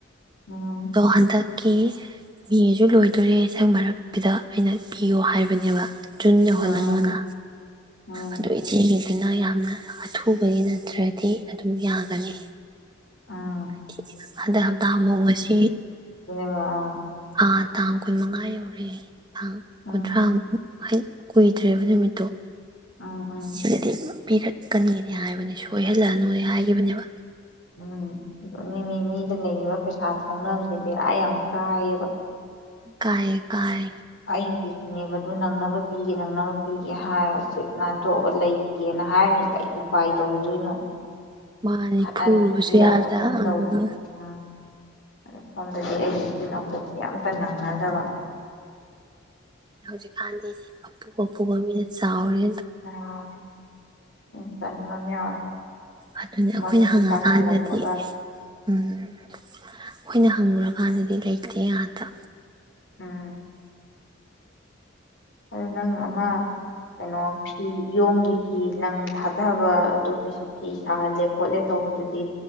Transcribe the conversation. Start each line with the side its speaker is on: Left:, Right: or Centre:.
Left: ꯎꯝ
Right: ꯑꯗꯣ ꯍꯟꯗꯛꯀꯤ ꯃꯦꯖꯨ ꯂꯣꯏꯗꯣꯔꯦ ꯁ꯭ꯋꯥꯏ ꯃꯔꯛꯁꯤꯗ ꯑꯩꯅ ꯄꯤꯌꯣ ꯍꯥꯏꯕꯅꯦꯕ ꯖꯨꯟ ꯌꯧꯍꯜꯂꯅꯣꯅ
Left: ꯎꯝ ꯎꯝ
Right: ꯑꯗꯨ ꯏꯆꯦꯒꯤ ꯑꯩꯅ ꯌꯥꯝꯅ ꯑꯊꯨꯕꯒꯤ ꯅꯠꯇ꯭ꯔꯗꯤ ꯑꯗꯨꯝ ꯌꯥꯒꯅꯤ
Left: ꯎꯝ
Right: ꯍꯥꯏꯗꯤ ꯍꯟꯗꯛ ꯍꯞꯇꯥ ꯑꯃꯨꯛ ꯉꯁꯤ
Left: ꯑ ꯑ
Right: ꯑꯥ ꯇꯥꯡ ꯀꯨꯟ ꯃꯉꯥ ꯌꯧꯔꯦ ꯇꯥꯡ
Left: ꯎꯝ
Right: ꯀꯨꯟꯊ꯭ꯔꯥ <unintelligible> ꯍꯩ ꯀꯨꯏꯗ꯭ꯔꯦꯕ ꯅꯨꯃꯤꯠꯇꯣ
Left: ꯎꯝ ꯎꯝ
Right: ꯁꯤꯗꯤ ꯄꯤꯔꯛꯀꯅꯤꯅꯦ ꯍꯥꯏꯕꯅꯦ ꯁꯣꯏꯍꯜꯂꯛꯑꯅꯨꯅꯦ ꯍꯥꯏꯈꯤꯕꯅꯦꯕ
Left: ꯎꯝ <unintelligible> ꯃꯤ ꯃꯤꯗ ꯂꯩꯕ ꯄꯩꯁꯥ ꯊꯧꯅꯕꯁꯦ ꯕꯦꯔꯥ ꯌꯥꯝ ꯀꯥꯏꯌꯦꯕ
Right: ꯀꯥꯏ ꯀꯥꯏ
Left: ꯑꯩꯒꯤꯁꯨꯅꯦꯕ ꯑꯗꯨ ꯅꯪꯅꯕ ꯄꯤꯒꯦ ꯅꯪꯅꯕ ꯄꯤꯒꯦ ꯍꯥꯏꯔ ꯁꯤ ꯅꯥꯟꯊꯣꯛꯑꯒ ꯂꯩꯇꯦꯅ ꯍꯥꯏꯃꯤꯅꯤꯅ ꯀꯔꯤ ꯎꯄꯥꯏ ꯇꯧꯗꯣꯏꯅꯣ
Right: ꯃꯥꯅꯦ
Left: ꯈꯠꯅꯔꯨꯕꯁꯨ
Right: ꯐꯨꯔꯨꯕꯁꯨ
Left: ꯌꯥꯗꯒꯨꯝ
Right: ꯌꯥꯗ
Left: ꯇꯧꯋꯦ
Right: ꯑꯗꯨ
Left: ꯑꯥ ꯑꯗꯣ ꯁꯣꯝꯗꯗꯤ ꯑꯩꯩ <unintelligible> ꯌꯥꯝ <unintelligible> ꯅꯪꯅꯗꯕ
Right: ꯍꯧꯖꯤꯛꯀꯥꯟꯗꯤꯗꯤ ꯑꯄꯨ ꯑꯄꯨꯕ ꯃꯤꯅ ꯆꯥꯎꯔꯦ
Left: ꯑꯥ ꯎꯝ ꯇꯟꯕ ꯑꯃ ꯌꯥꯎꯋꯦ
Right: ꯑꯗꯨꯅꯤ
Left: ꯃꯔꯛꯇꯨ
Right: ꯑꯩꯈꯣꯏꯅ ꯍꯪꯉꯀꯥꯟꯗꯗꯤ
Left: ꯇꯥꯁꯤꯜꯂꯛꯄꯒ
Right: ꯎꯝ ꯑꯩꯈꯣꯏꯅ ꯍꯪꯉꯨꯔ ꯍꯥꯟꯅꯗꯤ ꯂꯩꯇꯦ ꯑꯥꯇ
Left: ꯎꯝ ꯑꯗꯨ ꯅꯪ ꯑꯃ ꯀꯩꯅꯣ ꯐꯤ ꯏꯌꯣꯡꯒꯤ ꯐꯤ ꯂꯪ ꯊꯥꯗꯕ ꯑꯗꯨ ꯀꯩꯁꯨ ꯐꯤ ꯁꯥꯍꯜꯂꯦ ꯈꯣꯠꯂꯦ ꯇꯧꯕꯗꯨꯗꯤ